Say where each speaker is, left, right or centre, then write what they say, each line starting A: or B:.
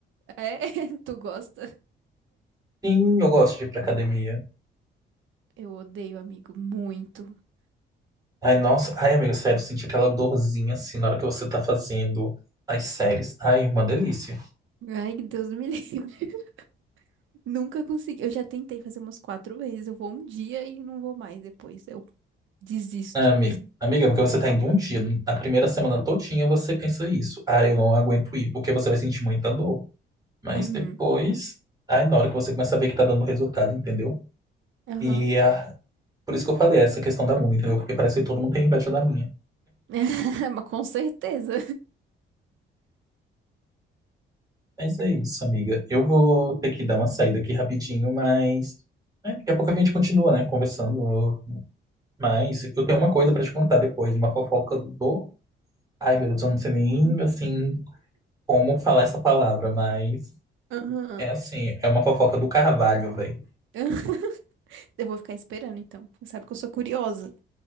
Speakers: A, on the right (about 75°); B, on the right (about 20°).
A: É, <laughs> tu gosta?
B: Sim, eu gosto de ir pra academia.
A: Eu odeio, amigo, muito.
B: Ai, nossa. Ai, amiga, sério, senti aquela dorzinha assim na hora que você tá fazendo as séries. Ai, uma delícia.
A: Ai, Deus me livre. <laughs> Nunca consegui. Eu já tentei fazer umas quatro vezes. Eu vou um dia e não vou mais depois. Eu desisto.
B: Ah, Ami- Amiga, porque você tá indo um dia, a primeira semana todinha você pensa isso. Ai, eu não aguento ir, porque você vai sentir muita dor. Mas
A: Uhum.
B: depois, ai, na hora que você começa a ver que tá dando resultado, entendeu?
A: Aham.
B: E ah, por isso que eu falei essa questão da mula, entendeu? Porque parece que todo mundo tem inveja da minha.
A: <laughs> Mas com certeza.
B: Mas é isso, amiga. Eu vou ter que dar uma saída aqui rapidinho, mas né, daqui a pouco a gente continua, né, conversando. Mas eu tenho uma coisa pra te contar depois, uma fofoca do. Ai, meu Deus, eu não sei nem
A: Uhum.
B: assim como falar essa palavra, mas
A: Aham.
B: é assim, é uma fofoca do Carvalho, velho.
A: <laughs> Eu vou ficar esperando, então. Sabe que eu sou curiosa.